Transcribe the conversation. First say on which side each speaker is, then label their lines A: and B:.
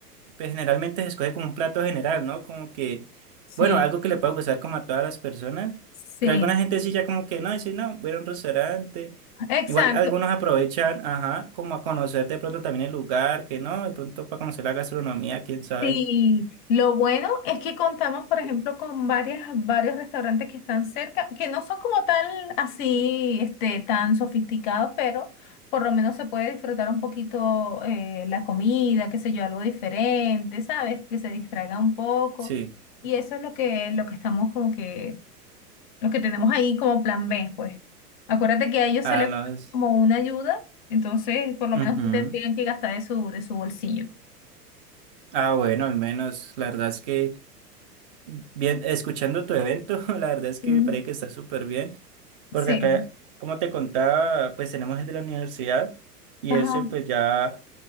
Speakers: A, on the right; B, on the left.
A: pues, generalmente se escoge como un plato general, ¿no? Como que,
B: Sí,
A: bueno, algo que le pueda gustar como a todas las personas,
B: sí,
A: pero alguna gente sí ya como que no, dice, no, voy a ir a un restaurante.
B: exacto.
A: Igual algunos aprovechan, ajá, como a conocer de pronto también el lugar, que no, de pronto para conocer la gastronomía, quién sabe.
B: Sí, lo bueno es que contamos, por ejemplo, con varias, varios restaurantes que están cerca, que no son como tal así, este, tan sofisticados, pero por lo menos se puede disfrutar un poquito eh, la comida, qué sé yo, algo diferente, ¿sabes? Que se distraiga un poco.
A: Sí.
B: Y eso es lo que, lo que estamos como que, lo que tenemos ahí como plan B, pues. Acuérdate que a ellos
A: Ah,
B: se les
A: no.
B: da
A: es-
B: como una ayuda, entonces por lo
A: Ujú.
B: menos no tendrían que gastar de su, de su bolsillo.
A: Ah, bueno, al menos, la verdad es que... Bien, escuchando tu evento, <laughs> la verdad es que
B: Mm.
A: me parece que está súper bien, porque
B: Sí.
A: acá, como te contaba, pues tenemos el de la universidad y
B: Ajá.
A: ese pues ya